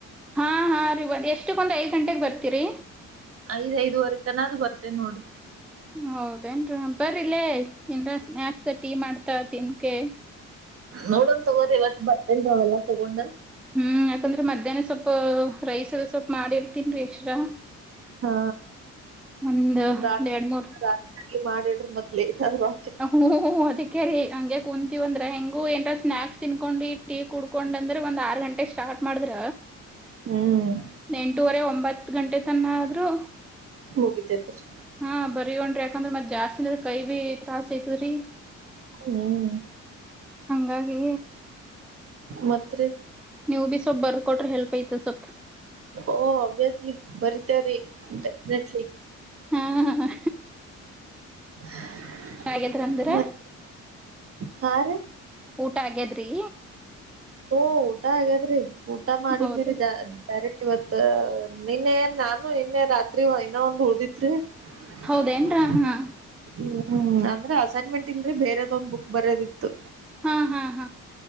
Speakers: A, in the centre; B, on the right.
A: ಹಾ ಹಾ ರೀ ಒಂದ್ ಎಷ್ಟಕ್ಕೊಂದು ಐದು ಗಂಟೆಗೆ ಬರ್ತೀರಿ.
B: ಐದ್ ಐದುವರೆ ತನ ಆದ್ರೂ ಬರ್ತೀನ್ ನೋಡ್ರಿ.
A: ಹೌದೇನ್ ರೀ ಬರಿಲ್ಲೇ ಏನ್ರ ಸ್ನ್ಯಾಕ್ಸ್ ಟೀ ಮಾಡ್ತಾತಿನ್ಕೆ.
B: ನೋಡನ್ ತಗೋರಿ ಇವತ್ತು ಬರ್ತೀನ್ ರೀ ಅವೆಲ್ಲಾ ತಗೊಂಡ್.
A: ಹ್ಮ್ ಯಾಕಂದ್ರೆ ಮಧ್ಯಾಹ್ನ ಸ್ವಲ್ಪ ರೈಸ್ ಎಲ್ಲಾ ಸ್ವಲ್ಪ ಮಾಡಿರ್ತೀನ್ ರೀ ಎಕ್ಸ್ಟ್ರಾ.
B: ಹಾ
A: ಒಂದ್ ಒಂದ್
B: ರಾತ್
A: ಎರಡ್ ಮೂರ್
B: ರಾತ್ರಿ ಮಾಡಿಡ್ರಿ ಮತ್ ಲೇಟ್ ಆದ್ರಾ.
A: ಹ್ಮ್ ಹುಹುಹು ಅದಕೆ ರೀ ಹಂಗೆ ಕುಂತೀವಿ ಅಂದ್ರೆ ಹೆಂಗು ಏನ್ರ ಸ್ನಾಕ್ಸ್ ತಿನ್ಕೊಂಡ್ರಿ ಟೀ ಕುಡ್ ಕೊಂಡಂದ್ರೆ ಒಂದ್ ಆರ್ ಗಂಟೆ ಸ್ಟಾರ್ಟ್ ಮಾಡಿದ್ರ
B: ಹ್ಮ್
A: ಎಂಟುವರೆ ಒಂಬತ್ ಹತ್ತು ಗಂಟೆ ತನ ಆದ್ರೂ.
B: ಮುಗಿತೈತೆ ರೀ
A: ಹಾ ಬರವಂತ್ರಿ ಯಾಕಂದ್ರೆ ಮತ್ ಜಾಸ್ತಿ ಅಂದ್ರೆ ಕೈ ಬಿ ತ್ರಾಸ್ ಐತದ್ರೀ.
B: ಹ್ಮ್
A: ಹಾಗಿ
B: ಮತ್ತರೀ.
A: ನೀವು ಬಿ ಸ್ವಲ್ಪ ಬರ್ಕ ಕೊಟ್ರೆ ಹೆಲ್ಪ್ ಐತೆ ಸ್ವಲ್ಪ.
B: ಓ ಅಬಿಯಸ್ಲಿ ಬರತೀವ್ರಿ ಡಿಫೆನ್ಟಲಿ.
A: ಹಾ ಹಾ.
B: <unintelligible>
A: ಹಾಗಿಲ್ಲ ಅಂದ್ರೆ.
B: ಮತ್ ಹಾ ರೀ
A: ಊಟ ಆಗ್ಯದ್ರಿ.
B: ಹಓ ಊಟ ಆಗ್ಯತ್್ರೀ ಊಟ ಮಾಡಿದ್್ಮಿರಿ
A: ಹೌದೇನ್
B: ಜಾ ಸರಿ ಇವತ್ ನಿನ್ನೆ ನಾನು ನಿನ್ನೆ ರಾತ್ರಿ ಇನ್ನ ಒಂದು್ ಉಳ್ದಿತ್ರಿ ಹ
A: ಹೌದೇನ್ರ ಹಾ
B: ಹೂ ಹೂ ಅಂದ್ರ ಅಸೈನ್ಮೆಂಟ್ ಇಲ್ರಿೀ ಬೇರೆದ್ ಒಂದ್ ಬುಕ್ ಬರೋದಿತ್ತು
A: ಹ್ ಹ ಹ